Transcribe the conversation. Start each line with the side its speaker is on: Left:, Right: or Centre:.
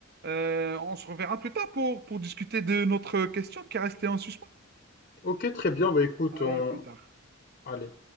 Right: Euh, on se reverra plus tard pour, pour discuter de notre question qui est restée en suspens.
Left: OK, très bien, bah écoute,
Right: Allez,
Left: on
Right: à plus tard.
Left: allez.